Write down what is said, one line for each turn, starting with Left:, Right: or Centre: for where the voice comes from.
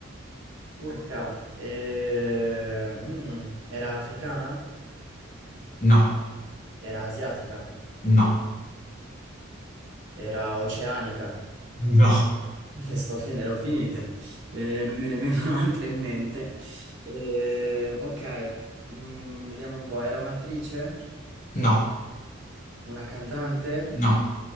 Right: Urca. Eh, mm, era africana?
Left: No,
Right: Era asiatica?
Left: no,
Right: Era oceanica?
Left: no,
Right: <laughs> Le sto fin- le ho finite. Eh, non me ne vengono altre in mente. Eh, ok, mm, vediamo un po'. Era un'attrice?
Left: no,
Right: Una cantante?
Left: no.